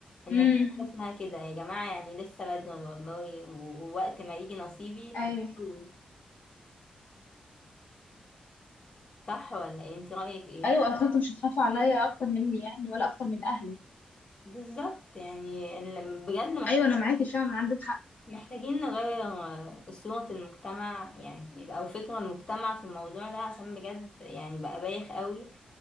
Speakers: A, on the left; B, on the left.
A: ان
B: امم
A: في حاجة اسمها كده يا جماعة يعني لسه بدري والله ووقت ما يجي نصيبي
B: ايوه
A: هتجوز صح ولا ايه انت رأيك ايه
B: ايوه اصل انت مش هتخاف عليا اكتر مني يعني ولا اكتر من اهلي
A: بالظبط يعني ال- بجد محتاج
B: ايوه انا معاكي فعلا عندك حق
A: محتاجين نغير آه، صورة المجتمع يعني او فكر المجتمع في الموضوع ده عشان بجد يعني بقى بايخ قوي